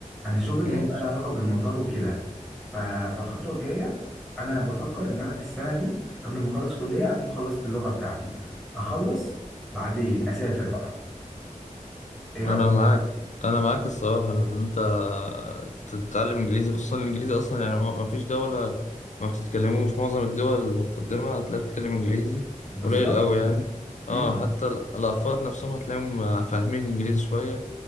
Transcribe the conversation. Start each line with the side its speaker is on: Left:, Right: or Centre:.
Centre: أنا شغلي
Left: ايه؟
Centre: هيبقى له علاقة بالمطار وكده ف- فالخطوة الجاية أنا بفكر إن أنا في السنة دي قبل ما أخلص كلية أكون خلصت اللغة بتاعتي أخلص بعدين أسافر بقى إيه رأيك؟
Left: انا معاك انا معاك الصراحه ان انت تتعلم انجليزي خصوصا الانجليزي اصلا يعني ما ما فيش دوله ما بتتكلموش معظم الدول المتقدمه هتلاقي بتتكلم انجليزي
Centre: بالظبط
Left: قليل قوي يعني اه
Centre: مم.
Left: حتى ال- الافراد نفسهم هتلاقيهم فاهمين انجليزي شويه